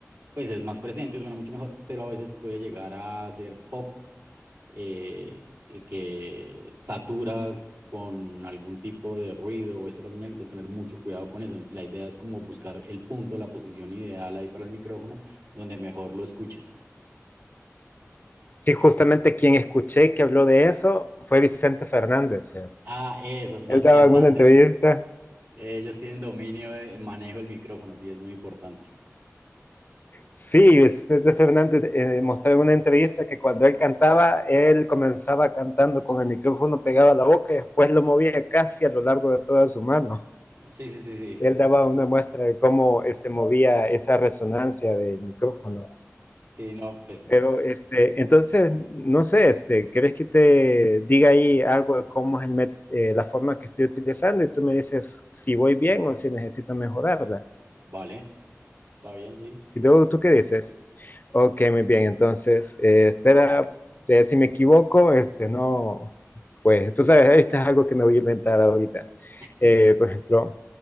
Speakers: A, on the right; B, on the left.
A: pues es más presente, suena mucho mejor, pero a veces puede llegar a ser pop eh, y que saturas con algún tipo de ruido o esta es la señal, entonces tener mucho cuidado con eso. La idea es como buscar el punto, la posición ideal ahí para el micrófono, donde mejor lo escuches.
B: Sí, justamente quien escuché que habló de eso fue Vicente Fernández. ¿sí?
A: Ah, eso, los
B: Él daba
A: cantantes,
B: alguna entrevista
A: ellos tienen dominio de manejo del micrófono, sí, es muy importante.
B: Sí, Vicente Fernández eh, mostraba en una entrevista que cuando él cantaba, él comenzaba cantando con el micrófono pegado a la boca y después lo movía casi a lo largo de toda su mano.
A: Sí, sí, sí, sí.
B: Él daba una muestra de cómo este, movía esa resonancia del micrófono.
A: Sí, no, pues
B: Pero este, entonces, no sé, este, ¿querés que te diga ahí algo de cómo es el met- eh, la forma que estoy utilizando? Y tú me dices si voy bien o si necesito mejorarla.
A: vale, está bien, sí.
B: ¿Tú, tú qué dices? Ok, muy bien. Entonces, eh, espera, eh, si me equivoco, este, no, pues tú sabes, esto es algo que me voy a inventar ahorita.
A: <laughs>
B: Eh, por ejemplo,